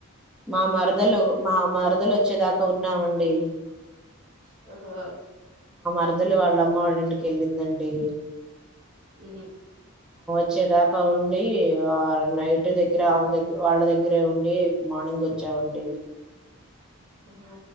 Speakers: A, in the centre; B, on the right (about 75°).
A: మా మరదలు
B: ఉమ్
A: మా మరద వాళ్ళు వచ్చేదాకా ఉన్నామండి
B: హో
A: మరదలి వాళ్ళమ్మ వాళ్ళ ఇంటికిెళ్ళిందండి
B: ఉమ్
A: వచ్చేదాకా ఉండి ఆ నైట్ దగ్గర ఆమె దగగ వాళ్ళ దగ్గరే ఉండి మార్నింగ్ వచ్చా ఉండి
B: ఉంహూ